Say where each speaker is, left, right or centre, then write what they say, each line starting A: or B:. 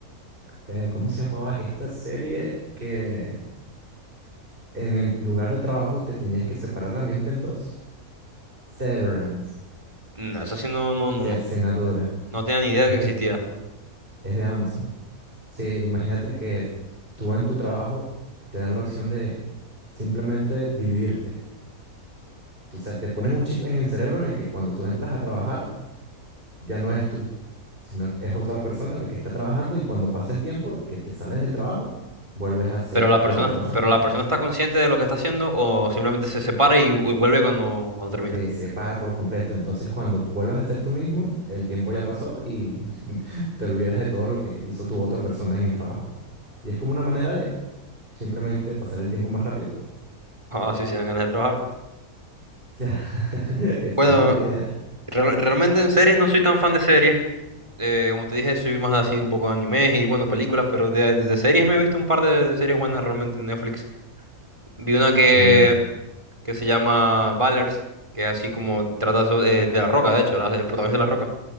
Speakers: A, on the right; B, on the right.
A: eh, ¿cómo se llamaba? Esta serie que en el lugar de trabajo te tenías que separar la mente en dos. Severance,
B: No, eso sí no, no,
A: Cercenadora.
B: no, no- no tenía ni idea
A: Es
B: que
A: de,
B: existía.
A: es de Amazon. Sí, imagínate que tú en tu trabajo te dan la opción de simplemente dividirte. O sea, te ponen un chip en el cerebro en el que cuando tú entras a trabajar ya no eres tú, sino que es otra persona la que está trabajando y cuando pasa el tiempo que te sales del trabajo, vuelves a ser
B: Pero la persona,
A: la otra persona.
B: pero la persona está consciente de lo que está haciendo o simplemente se separa y, vu- vuelve cuando, cuando termina.
A: Te
B: <laughs>
A: separa por completo. Entonces, cuando vuelves a ser tú mismo, el tiempo ya pasó y <laughs> te olvidas de todo lo que hizo tu otra persona en el trabajo. Y es como una manera de simplemente pasar el tiempo más rápido
B: Ah, sí, se dan ganas de trabajar.
A: sea, <laughs> esa
B: Bueno,
A: es la idea.
B: real- realmente en series no soy tan fan de series. Eh, como te dije, soy más así un poco de animes y bueno, películas, pero de, de- de series me he visto un par de, de series buenas realmente en Netflix. Vi una que
A: Como,
B: que se llama Ballers, que es así como trata so- eh, de, La Roca, de hecho, la- el protagonista de La Roca,